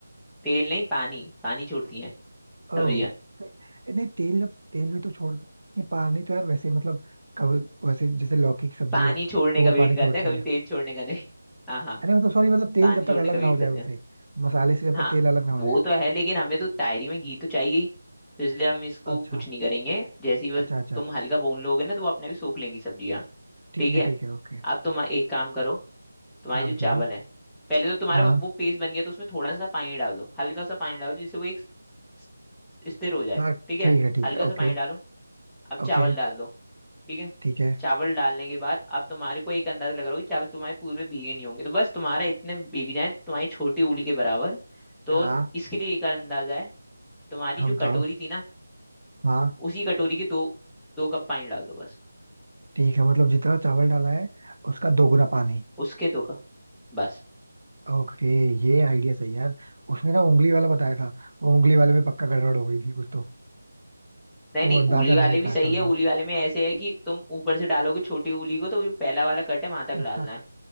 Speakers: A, in the centre; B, on the right.
A: तेल नहीं पानी पानी छोड़ती हैं सब्जियां
B: ओ <laughs> नहीं तेल तेल भी तो छोड़ नहीं पानी तो यार वैसे मतलब कब वैसे जैसे लौकी की सब्जी
A: पानी
B: हो
A: छोड़ने
B: तो वो
A: का वेट
B: पानी
A: करते
B: छोड़ती
A: हैं कभी
B: है
A: तेल छोड़ने का नहीं हाँ हाँ
B: अरे मतलब सॉरी मतलब तेल
A: पानी
B: जब
A: छोड़ने
B: तक अलग
A: का वेट
B: ना हो जाए
A: करते
B: उनसे
A: हैं
B: मसाले से जब
A: हाँ
B: तक तेल अलग ना हो
A: वो
B: जाए
A: तो है लेकिन हमें तो तायरी में घी तो चाहिए ही तो इसलिए हम इसको
B: अच्छा
A: कुछ नहीं करेंगे जैसे ही बस
B: अच्छा अच्छा
A: तुम हल्का भून लोगे ना तो वो अपने भी सोख लेंगी सब्जियां
B: ठीक
A: ठीक
B: है
A: है
B: ठीक है ओके
A: अब तुम एक काम करो तुम्हारे
B: हाँ
A: जो
B: बताओ
A: चावल है पहले तो तुम्हारे
B: हाँ
A: वो पेस्ट बन गया तो उसमें थोड़ा सा पानी डाल दो हल्का सा पानी डालो जिससे वो एक स- स्थिर हो जाए
B: हाँ
A: ठीक
B: ठीक
A: है
B: है ठीक
A: हल्का
B: है
A: सा
B: Okay
A: पानी डालो अब
B: okay
A: चावल डाल दो ठीक है
B: ठीक है
A: चावल डालने के बाद अब तुम्हारे को एक अंदाजा लग रहा होगा कि चावल तुम्हारे पूरे भीगे नहीं होंगे तो बस तुम्हारा इतने भीग जाए तुम्हारी छोटी उंगली के बराबर तो
B: हाँ
A: इसके लिए एक अंदाजा है तुम्हारी
B: हम
A: जो
B: बताओ
A: कटोरी थी ना
B: हाँ
A: उसी कटोरी के दो दो कप पानी डाल दो बस
B: ठीक है मतलब जितना चावल डाला है उसका दोगुना पानी
A: उसके दो कप बस
B: ओके ये आइडिया सही है यार उसने ना उंगली वाला बताया था वो उंगली वाले में पक्का गड़बड़ हो गई थी कुछ तो
A: नहीं
B: तो
A: नहीं
B: वो अंदाजा
A: उली वाले
B: नहीं मिल
A: भी
B: पाया
A: सही
B: था उस
A: है उली वाले में ऐसे है कि तुम ऊपर से डालोगे छोटी उंगली को तो जो पहला वाला कट है वहां तक
B: बार
A: डालना है
B: <laughs>